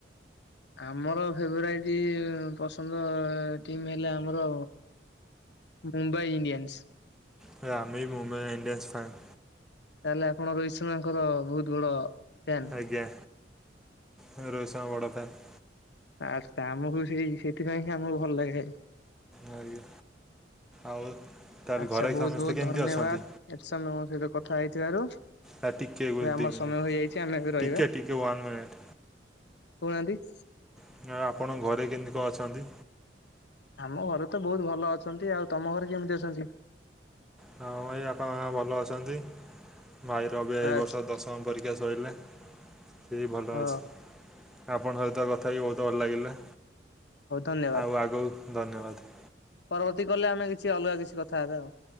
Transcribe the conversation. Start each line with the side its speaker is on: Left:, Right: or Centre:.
Left: ଆମର ଫେଭରାଇଟ୍ ପସନ୍ଦ ଟିମ୍ ହେଲେ ଆମର ମୁମ୍ବାଇ ଇଣ୍ଡିୟାନ୍ସ‌।
Centre: ଭାଇ ଆମେ ବି ମୁମ୍ବାଇ ଇଡିୟାନ୍ସ ଫ୍ୟାନ୍।
Left: ତାହେଲେ ଆପଣ ରୋହିତ ଶର୍ମା ଙ୍କର ବହୁତ ବଡ ଫ୍ୟାନ୍।
Centre: ଆଜ୍ଞା, ରୋହିତ ଶର୍ମାଙ୍କ ବଡ଼ ଫ୍ୟାନ୍।
Left: ଆଚ୍ଛା, ଆମକୁ ବି ସେଇ ସେଥିପାଇଁ ହିଁ ଆମକୁ ଭଲ ଲାଗେ।
Centre: ଆଜ୍ଞା, ଆଉ? ତାହେଲେ
Left: ଆଚ୍ଛା,
Centre: ଘରେ
Left: ବହୁତ
Centre: ସମସ୍ତେ
Left: ବହୁତ
Centre: କେମିତି
Left: ଧନ୍ୟବାଦ
Centre: ଅଛନ୍ତି?
Left: ଏତେ ସମୟ ମୋ ସହିତ କଥା ହେଇଥିବାରୁ। ଏବେ
Centre: ଆ ଟିକେ ଗୋ-
Left: ଆମର
Centre: ଦି ମିନିଟ୍
Left: ସମୟ ହେଇଯାଇଛି ଆମେ ଏବେ ରହିବା,
Centre: ଟିକେ ଟିକେ ୱାନ୍ ମିନିଟ୍।
Left: କହୁନାହାନ୍ତି।
Centre: <inaudible> ଆପଣଙ୍କ ଘରେ କେମିତି କଣ ଅଛନ୍ତି?
Left: ଆମ ଘରେ ତ ବହୁତ ଭଲ ଅଛନ୍ତି, ଆଉ ତମ ଘରେ କେମିତି ଅଛନ୍ତି?
Centre: ହଁ, ଭାଇ ବାପା ମାଁ ଭଲ ଅଛନ୍ତି, ଭାଇର ବି ଏଇ
Left: ଆଛା
Centre: ବର୍ଷ ଦଶ ଶମ ପରୀକ୍ଷା ସରିଲା, ଏଇ ଭଲ
Left: ଓ
Centre: ଅଛି। ଆପଣଙ୍କ ସହିତ କଥା ହେଇ ବହୁତ ଭଲ ଲାଗିଲା
Left: ହଉ ଧନ୍ୟବାଦ।
Centre: ଆଉ ଆଗକୁ, ଧନ୍ୟବାଦ।
Left: ପରବର୍ତ୍ତୀ କଲରେ ଆମେ କିଛି ଅଲଗା କିଛି କଥା ହେବେ ଆଉ।